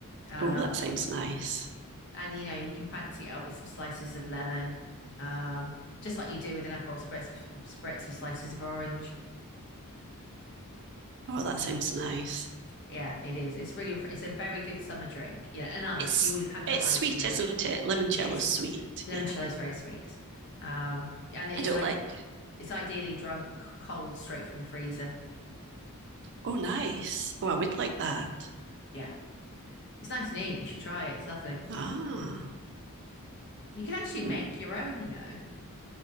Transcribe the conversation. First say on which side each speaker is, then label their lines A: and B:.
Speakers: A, on the left; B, on the right.
A: Um,
B: Oh, that sounds nice.
A: and you know, you can fancy it up with some slices of lemon, um, just like you do with an Aperol spritz, spritz with slices of orange.
B: Oh, that
A: Uh,
B: sounds nice.
A: yeah, it is. It's really, it's a very good summer drink. Yeah, and ice.
B: It's
A: You always have to
B: it's
A: have ice
B: sweet,
A: in there.
B: isn't it? Limoncello's
A: Yes,
B: sweet.
A: limoncello
B: Yeah.
A: is very sweet, um, and it's
B: I don't
A: i
B: like.
A: it's ideally drunk c- cold straight from the freezer.
B: Oh, nice. Oh, I would like that.
A: Yeah, it's nice and neat. You should try it. It's lovely.
B: Ah.
A: You can actually make
B: Mm.
A: your own, you know.